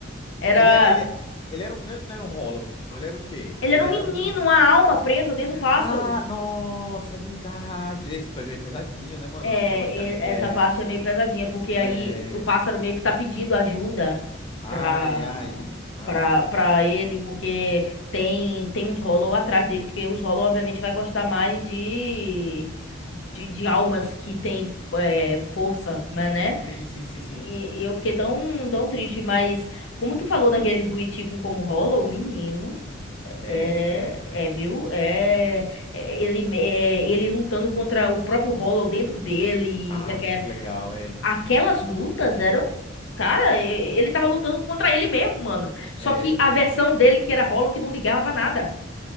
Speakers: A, on the left; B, on the left.
A: Era.
B: Ele era, ele, ele era um, não era não era um Hollow, ele era o quê?
A: Ele
B: Ele
A: era um
B: era
A: menino,
B: um.
A: uma alma presa dentro do pássaro.
B: Ah, nossa, é verdade. Esse episódio aí é pesadinho, né, mano?
A: É,
B: Assim, tematicamente.
A: e- essa
B: É.
A: parte é meio pesadinha, porque aí
B: É.
A: o pássaro meio que tá pedindo ajuda
B: Ai,
A: pra,
B: ai, ai.
A: pra, pra ele, porque tem, tem uns Hollow atrás dele, porque os Hollow obviamente vai gostar mais de, de, de almas que tem é, força, mas né?
B: Sim, sim, sim,
A: E,
B: sim.
A: e eu fiquei tão, tão triste, mas como tu falou daquele do Ichigo como Hollow, menino.
B: É,
A: É,
B: é.
A: é, viu? É, é, ele, me- é, ele lutando contra o próprio Hollow dentro dele.
B: Ai,
A: e aque-
B: muito legal, é.
A: aquelas lutas eram. Cara, e- e- ele tava lutando contra ele mesmo, mano. Só
B: É,
A: que a
B: é.
A: versão dele, que era Hollow, que não ligava pra nada.